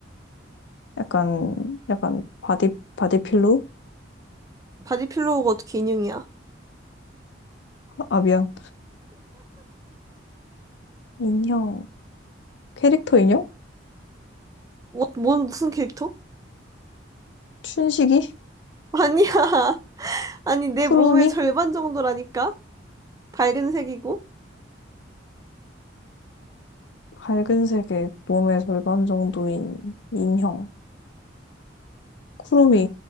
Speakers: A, on the left; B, on the right.
A: 약간, 약간, 바디, 바디필로?
B: 바디 필로우가 어떻게 인형이야?
A: 아, 미안. 인형. 캐릭터 인형?
B: 뭐, 뭔, 무슨 캐릭터?
A: 춘식이?
B: 아니야. <laughs> 아니, 내
A: 쿠루미?
B: 몸의 절반 정도라니까? 밝은 색이고?
A: 밝은 색의 몸의 절반 정도인 인형. 쿠루미.